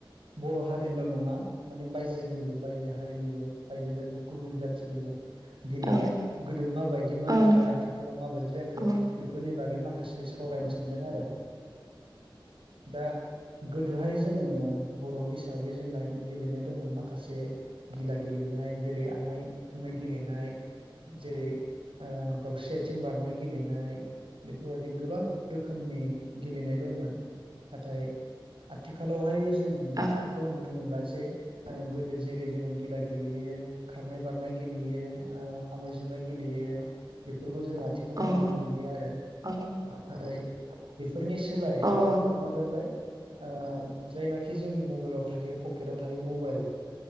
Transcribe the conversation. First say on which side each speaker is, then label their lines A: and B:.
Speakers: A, on the right; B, on the right.
A: बर' हारिनिल' नङा माने बायजोनिबो बायजो हारिनिबो बायजो गुबुन जाथिनिबो गेलेनाय
B: औ
A: गोदो माबायदिमोन
B: औ
A: आरो
B: नों
A: आथिख खालाव माबायदि जाखो
B: औ
A: बेफोरनि बागै माखासे सावरायनो सानदों आरो। दा गोदोहाय जों बर'नि हिसाबै जोंना गेलेनाय दंमोन माखासे। गिला गेलेनाय जेरै आमाय जुमाय गेलेनाय। जेरै ओं दाउस्रि आय थिं बारनाय गेलेनाय बेफोरबादि गोबां रोखोमनि गेलेनाय दंमोन। नाथाय आथिखालावहाय जों
B: औ
A: बेफोरखौ नुनो मोनला जे ओ गोदो जेरै जोङो गेला गेलेयो। खारनाय बारनाय गेलेयो। ओ आमाय जुमाय गेलेयो। फोरखौ जों आथिखालाव
B: औ
A: नुनो मोनलिया आरो।
B: औ
A: नाथाय बेफोरनि सोलाय
B: औ
A: आथिखालाव मा जाबाय। आ जायनाखि जोंनि मबेलाव थायो पकेटाव थायो मबेल।